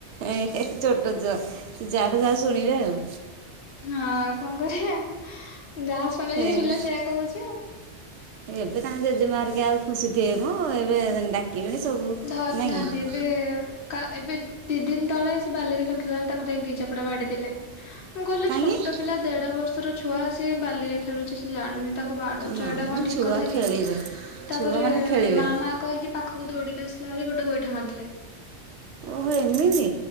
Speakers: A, on the right (about 75°); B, on the left (about 50°).
A: ଏ ଛୋଟ ଛ ତୁ ଯାହା ଟା ଯାହା ଶୁଣିବେ ଆଉ।
B: ହଁ କଣ କରିବା ଯାହା ଶୁଣିଛି
A: ଏ
B: ଯେ ପିଲା ସୋ କହୁଛି ଆଉ।
A: ଏବେ ତାଙ୍କ ଜେଜେମା ହେରିକା ଆଉ ଖୁସି ଥିବେ ମ ଏବେ ଡାକ କିଡ଼୍ ସବୁ।
B: ଧରୁନାହାନ୍ତି
A: ନାଇଁ କି
B: ଏ ଏବେ ଏବେ ଦି ଦିନ ତଳେ ସେ ବାଲିରେ ଖେଳୁଥିଲା ବେଳେ ତାକୁ ଯାଇକି ଦି ଚାପୁଡା ବାଡେଇ ଦେଲେ। ମୁଁ କହିଲି
A: କାହିଁକି
B: ଛୋଟ ପିଲା ଦେଢ ବର୍ଷର ଛୁଆ ସିଏ ବାଲି ରେ ଖେଳୁଛି ସେ ଜାଣୁିନି ତା କୁ ବାଡୁଛ
A: ନା
B: ଏଇଟା
A: ମ
B: କଣ ଠିକ
A: ଛୁଆ
B: କଥା
A: ଖେଳିବେ
B: କି ତାପରେ
A: ଛୁଆମାନେ ଖେଳିବେ
B: ମା ମା କହିକି ପାଖକୁ ଦୌିଡ଼ିକି ଆସିଲା ଆରି ଗୋଟେ ଗୋଇଠା ମାରିଦେଲେ।
A: ଓହୋ ଏମିତି?